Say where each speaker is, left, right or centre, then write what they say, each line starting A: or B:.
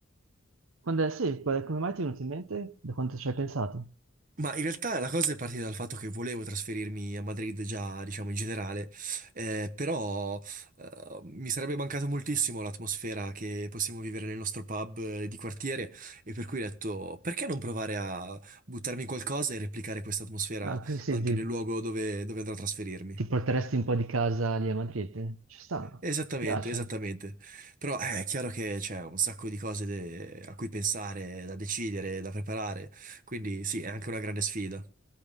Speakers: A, on the right; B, on the right.
A: Quando è, sì, qual- come mai ti è venuto in mente? Da quanto ci hai pensato?
B: Ma in realtà la cosa è partita dal fatto che volevo trasferirmi a Madrid già, diciamo, in generale, eh, però eh, mi sarebbe mancato moltissimo l'atmosfera che possiamo vivere nel nostro pub eh, di quartiere e per cui ho detto, perché non provare a buttarmi in qualcosa e replicare questa atmosfera
A: Ah, così sì,
B: anche
A: ti,
B: nel luogo dove dove andrò a trasferirmi?
A: ti porteresti un po' di casa lì a Madrid? Ci sta,
B: Esattamente,
A: mi piace.
B: esattamente. Però eh, è chiaro che c'è un sacco di cose de- a cui pensare, da decidere, da preparare, quindi sì, è anche una grande sfida.